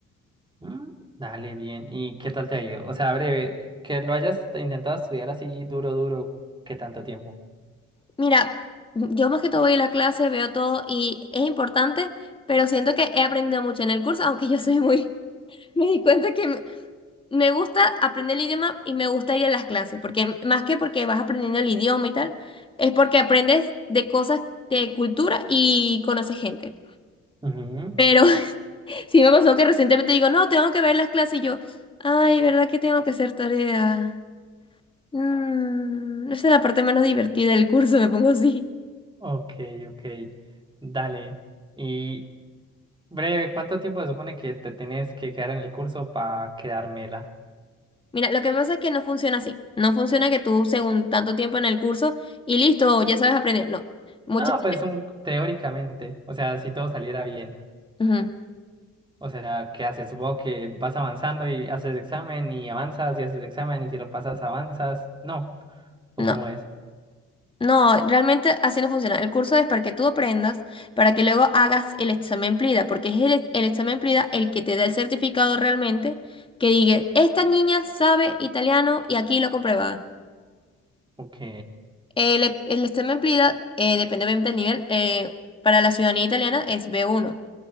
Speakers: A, on the right; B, on the left.
A: Mm, dale, bien. ¿Y qué tal te ha ido? O sea, breve, que lo hayas intentado estudiar así duro, duro, ¿qué tanto tiempo?
B: Mira, yo más que todo voy a la clase, veo todo y es importante, pero siento que he aprendido mucho en el curso, aunque yo soy muy... <laughs> Me di cuenta que me me gusta aprender el idioma y me gusta ir a las clases, porque más que porque vas aprendiendo el idioma y tal, es porque aprendes de cosas de cultura y conoces gente.
A: Ujú,
B: Pero Sí me pasó que recientemente digo, no, tengo que ver las clases y yo, ay, ¿verdad que tengo que hacer tarea? Mm, esa es la parte menos divertida del curso, me pongo así.
A: Ok, ok. Dale. Y breve, ¿cuánto tiempo se supone que te tienes que quedar en el curso para quedármela?
B: Mira, lo que pasa es que no funciona así. No funciona que tú, según tanto tiempo en el curso, y listo, ya sabes aprender. No. Muchas
A: No, pues
B: veces.
A: un, teóricamente. O sea, si todo saliera bien.
B: ujú,
A: O sea, ¿qué haces? Supongo que vas avanzando y haces examen y avanzas y haces examen y si lo pasas avanzas. No. ¿O
B: No.
A: cómo es?
B: No, realmente así no funciona. El curso es para que tú aprendas, para que luego hagas el examen PLIDA, porque es el, ex- el examen PLIDA el que te da el certificado realmente, que diga, esta niña sabe italiano y aquí lo comprueba.
A: Ok.
B: El, e- el examen PLIDA, eh, depende obviamente del nivel, eh, para la ciudadanía italiana es B1.